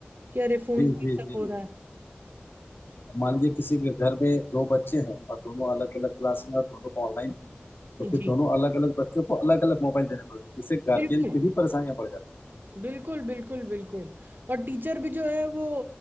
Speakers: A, on the right; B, on the left.
A: कि अरे फ़ोन
B: जी
A: पे
B: जी
A: ही सब
B: जी
A: हो रहा है
B: मान लीजिए किसी के घर में दो बच्चे हैं और दोनों अलग अलग क्लास में और दोनों को ऑनलाइन है
A: जी
B: तो फिर दोनों अलग अलग बच्चों को अलग अलग मोबाइल देने पड़ेंगे जिससे गार्जियन
A: बिल्कुल
B: की भी परेशानियां बढ़ जाती
A: बिल्कुल बिल्कुल बिल्कुल और टीचर भी जो है वो